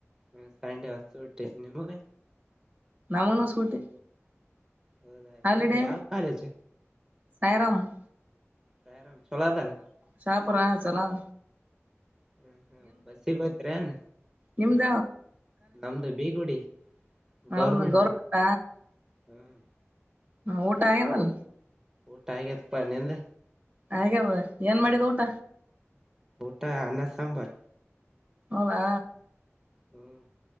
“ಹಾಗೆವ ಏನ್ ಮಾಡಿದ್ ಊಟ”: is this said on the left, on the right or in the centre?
Right